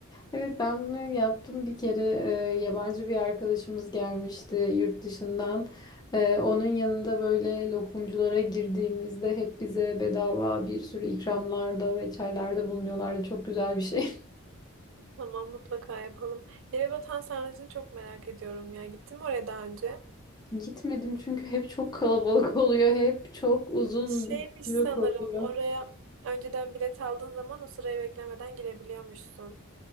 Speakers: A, on the left; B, on the right.
A: Evet ben bunu yaptım bir kere e, yabancı bir arkadaşımız gelmişti yurt dışından. E, onun yanında böyle lokumculara girdiğimizde hep bize bedava bir sürü ikramlarda ve çaylarda bulunuyorlardı. Çok güzel bir şey. <laughs>
B: Tamam mutlaka yapalım. Yerebatan Sarnıcı'nı çok merak ediyorum ya. Gittin mi oraya daha önce?
A: Gitmedim çünkü hep çok kalabalık <laughs> oluyor. Hep çok uzun
B: Şeymiş
A: bir
B: sanırım
A: kuyruk oluyor.
B: oraya önceden bilet aldığın zaman o sırayı beklemeden girebiliyormuşsun.